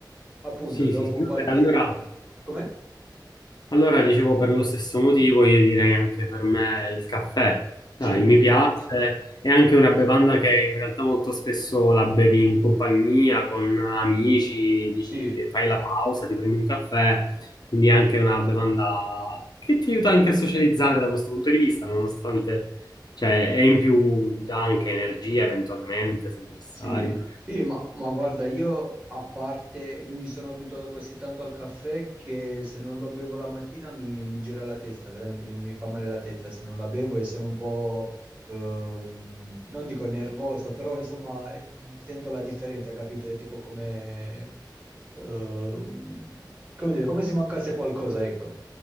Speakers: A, on the right; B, on the left.
A: Appunto,
B: Sì,
A: dopo
B: sì, sì.
A: qualche...
B: Vabbè, allora
A: Com'è?
B: Allora, dicevo, per lo stesso motivo, io direi anche per me il caffè. Dai,
A: Sì,
B: mi piace, è anche una bevanda che in realtà molto spesso la bevi in compagnia, con amici, dici,
A: sì,
B: fai la pausa, ti prendi un caffè, quindi è anche una bevanda che ti aiuta anche a socializzare da questo punto di vista, nonostante, cioè, è in più, dà anche energia eventualmente, se necessario.
A: Sì, sì, ma, ma guarda, io a parte mi sono abituato così tanto al caffè che se non lo bevo la mattina mi, mi gira la testa, veramente mi, mi fa male la testa se non la bevo e sono un po', ehm, non dico nervoso, però insomma eh, sento la differenza, capito? È tipo come, ehm, come dire, come se mancasse qualcosa, ecco.